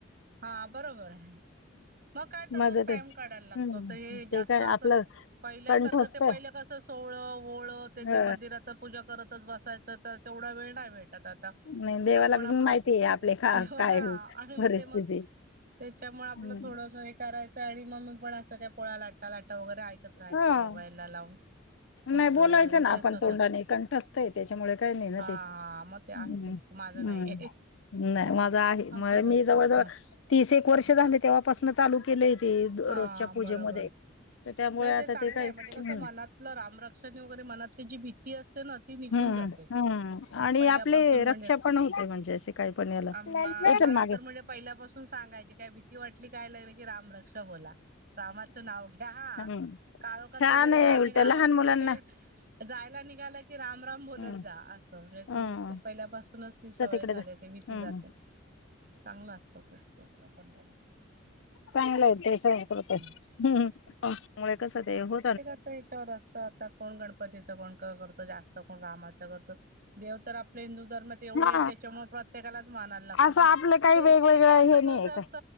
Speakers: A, on the right; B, on the left.
A: हा बरोबर आहे. मग काय तसच
B: माझं
A: टाइम
B: ते
A: काढायला लागतो,
B: हं.
A: आता हे जास्त
B: ते काय
A: असं
B: आपलं
A: पहिल्यासारखं
B: कंठस्थ
A: ते पहिलं कसं सोहळं-ओवळ
B: हां,
A: ते ते मंदिरात पूजा करत- तच बसायचं तर तेवढा वेळ नाही भेटत आता
B: नाही देवाला
A: आपण
B: पण
A: आपलं
B: माहिती आहे आपले का
A: देवाला
B: काय
A: आणि मग
B: परिस्थिती.
A: ते मग. त्याच्यामुळे आपलं
B: हं.
A: थोडंस हे करायचं आणि मंग मी पण असं काय पोळ्या लाटता लाटता वगैरे ऐक कत राहायचं
B: हां.
A: मोबाईलला लावून स्तोत्र
B: नाही बोलायचं
A: वगैरे
B: ना
A: ते
B: आपण
A: स्वतः,
B: तोंडाने कंठस्थ आहे त्याच्यामुळे काही नाही ना
A: हा
B: ते.
A: हा मग ते
B: हं,
A: आहे तुमच. माझं
B: हं.
A: नाहीये.
B: नाही माझ आहे,
A: आमचं
B: म
A: दुसरं
B: मी जवळ-जवळ
A: ह
B: तीस एक वर्ष झाले तेव्हापासन चालू केलय ते
A: हा
B: रोजच्या पूजेमध्ये.
A: बरोबर
B: तर त्यामुळे
A: नाही
B: आता
A: ते चांगलं
B: काय
A: आहे, म्हणजे कसं
B: हं,
A: मनातलं रामरक्षाने वगैरे मनातली जी भीती अस ते ना ती निघून
B: हं,
A: जाते,
B: हं आणि
A: पहिल्यापासून
B: आपले
A: म्हणजे
B: रक्षा पण होते म्हणजे असे काही पण याला.
A: आम
B: ये
A: आम्हाला
B: चल मागे.
A: तर म्हणजे पहिल्यापासून सांगायचे काय भीती वाटली काय लागले की रामरक्षा बोला. रामाचं नाव घ्या हा,
B: हम्म
A: काळोखात
B: छान
A: वगैरे
B: आहे
A: जर आम्ही
B: उलट
A: गावातून
B: लहान मुलांना
A: कुठे जायला निघाल की, राम राम बोलत
B: हम्म
A: जा असं म्हणजे ती
B: हम्म
A: पहिल्यापासूनच ती सवय
B: स तिकडे
A: झालीय,
B: जा
A: ते भीती
B: हम्म
A: जाते चांगलं असतं, खूप स्तोत्र बोललेलं.
B: चांगलंय ते संस्कृत आहे,
A: भेटत
B: हम्म हं त्यामुळे कस ते हो
A: प्रत्येकाच याच्यावर असतं आता कोण गणपतीच कोण करतो जास्त. कोण रामाचा करतो, देव तर आपल्या हिंदू धर्मात एवढे
B: हा
A: आहेत त्याच्यामुळे प्रत प्रत्येकालाच मानायला लागतं
B: असं
A: पण
B: आपलं काही
A: स्पेशली
B: वेगवेगळं
A: असं
B: हे नाही
A: कस
B: आहे
A: असत,
B: काय